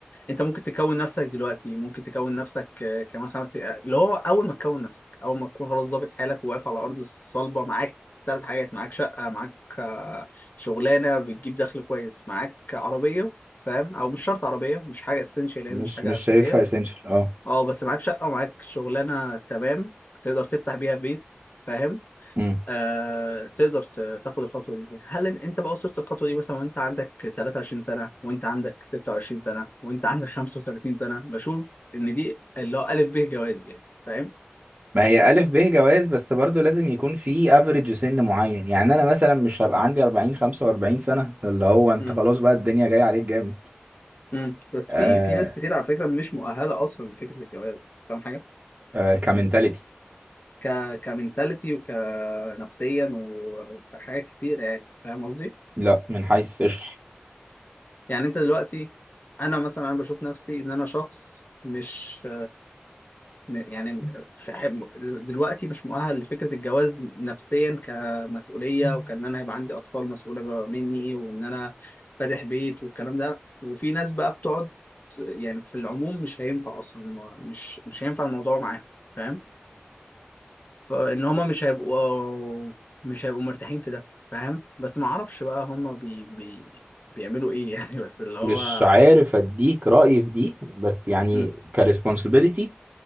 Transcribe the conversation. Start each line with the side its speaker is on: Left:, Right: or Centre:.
Left: انت ممكن تكون نفسك دلوقتي ممكن تكون نفسك آه، كمان خمس دقايق اللي هو اول ما تكون نفسك اول ما تكون خلاص ظابط حالك وواقف على ارض صلبه معاك ثلاث حاجات معاك شقه معاك آه، شغلانه بتجيب دخل كويس معاك عربيه فاهم او مش شرط عربيه مش حاجه اسينشال يعني
Right: مش
Left: مش حاجه
Right: مش
Left: اساسيه
Right: شايفها اسينشال اه
Left: اه بس معاك شقه ومعاك شغلانه تمام تقدر تفتح بيها بيت فاهم
Right: امم
Left: آه تقدر ت- تاخد الخطوه دي هل إن- انت بقى وصلت الخطوه دي مثلا وانت عندك 23 سنه وانت عندك 26 سنه وانت عندك 35 سنه بشوف ان دي اللي هو الف ب جواز يعني فاهم
Right: ما هي الف ب جواز بس برضو لازم يكون في افريج سن معين يعني انا مثلا مش هبقى عندي 40 45 سنه اللي هو انت
Left: امم
Right: خلاص بقى الدنيا جايه عليك جامد
Left: امم بس
Right: آه
Left: في في ناس كتير على فكره مش مؤهله اصلا لفكره الجواز فاهم حاجه
Right: آه كمنتاليتي
Left: ك كمنتاليتي وكنفسيا و- وكحاجات كتير يعني فاهم قصدي
Right: لا من حيث اشرح
Left: يعني انت دلوقتي انا مثلا انا بشوف نفسي ان انا شخص مش م- يعني في حب- دلوقتي مش مؤهل لفكرة الجواز نفسيا كمسؤولية وكأن أنا هيبقى عندي أطفال مسؤولة بقى مني وإن أنا فاتح بيت والكلام ده وفي ناس بقى بتقعد يعني في العموم مش هينفع أصلا ما- مش مش هينفع الموضوع معاهم فاهم فإن هما مش هيبقوا مش هيبقوا مرتاحين في ده فاهم بس ما أعرفش بقى هما بي بي بيعملوا إيه يعني <laughs> بس اللي هو
Right: مش عارف اديك رأيي في دي بس يعني
Left: م-
Right: كريسبونسبيلتي